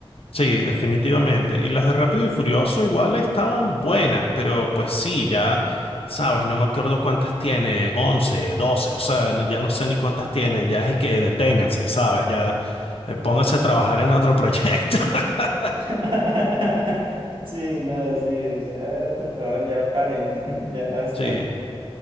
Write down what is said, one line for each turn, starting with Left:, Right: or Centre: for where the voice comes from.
Left: Sí, definitivamente. Y las de Rápido y Furioso igual estaban buenas, pero pues sí, ya, sabes, no me acuerdo cuántas tiene, 11, 12, o sea, no- ya no sé ni cuántas tiene, ya es y que deténganse, ¿sabes? Ya eh, pónganse a trabajar en otro proyecto. <laughs>
Right: <laughs> Sí, no, sí, ya, por favor, ya paren, <laughs> ya basta.
Left: Sí,